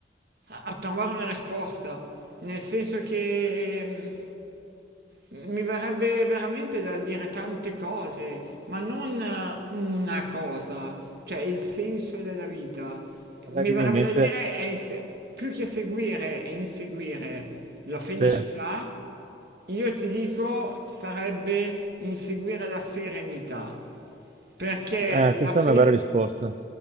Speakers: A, on the right (about 60°); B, on the right (about 40°).
A: a trovare una risposta, nel senso che... ehm, mi verrebbe veramente da dire tante cose, ma non eh, una cosa, cioè il senso della vita.
B: a
A: Mi
B: me viene
A: verrebbe
B: in mente,
A: da dire è inse- più che seguire e inseguire la felicità,
B: cioè,
A: io ti dico sarebbe inseguire la serenità, perché
B: eh,
A: la
B: questa
A: fe
B: è una bella risposta.